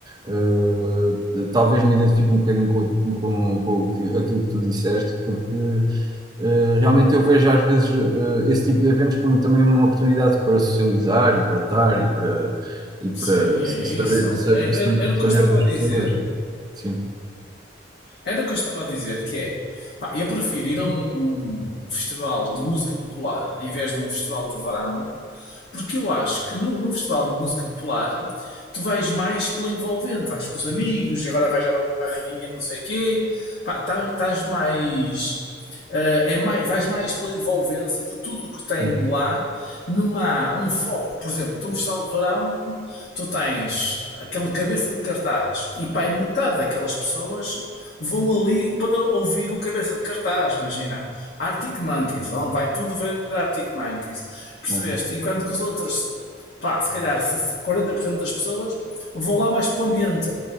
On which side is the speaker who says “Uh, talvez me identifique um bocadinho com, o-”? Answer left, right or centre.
Right